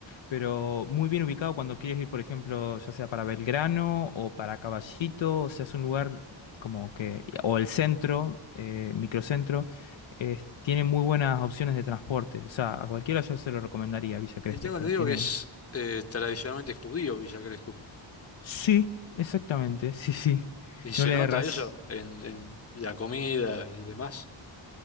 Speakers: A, on the left; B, on the left.
A: pero muy bien ubicado cuando quieres ir, por ejemplo, ya sea para Belgrano o para Caballito, o sea, es un lugar como que, o el centro, eh, microcentro, eh, tiene muy buenas opciones de transporte. O sea, a cualquiera yo se lo recomendaría Villa Crespo,
B: Y tengo
A: pues
B: entendido
A: tiene...
B: que es eh, tradicionalmente judío Villa Crespo.
A: Sí, exactamente, sí, sí,
B: Y se
A: no le
B: nota
A: erras.
B: eso en, en la comida y demás.